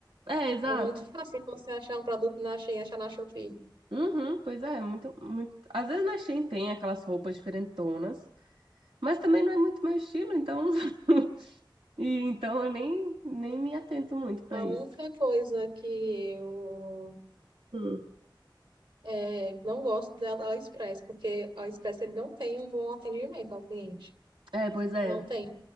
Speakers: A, on the right; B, on the right.
A: É, exato.
B: É muito fácil você achar um produto na Shein, achar na Shopee.
A: Uhum, pois é, muito, muito. Às vezes na Shein tem aquelas roupas diferentonas, mas também não é muito meu estilo, então. <laughs> E então eu nem, nem me atento muito pra
B: A
A: isso.
B: única coisa que eu
A: Hum.
B: é, não gosto da AliExpress, porque a AliExpress ele não tem um bom atendimento ao cliente.
A: É, pois é.
B: Não tem.